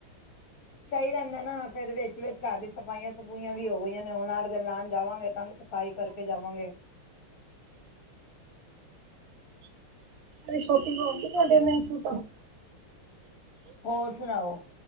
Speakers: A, on the left; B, on the right.
A: ਸਹੀ ਰਹਿੰਦਾ, ਨਾ ਫਿਰ ਵਿਚ ਵਿਚ ਘਰ ਦੀ ਸਫਾਈਆਂ ਸਫੂਈਆਂ ਵੀ ਹੋ ਗਈਆਂ, ਨੇ ਹੁਣ ਅੱਠ ਦਿਨ ਲਾਉਣ ਜਾਵਾਂਗੇ, ਤਾਂ ਵੀ ਸਫ਼ਾਈ ਕਰਕੇ ਜਾਵਾਂਗੇ।
B: ਅ ਛੋਟੀ ਲੋਕ ਵੀ ਤੁਹਾਡੇ ਮਸੂ
A: ਹੋਰ ਸੁਣਾਓ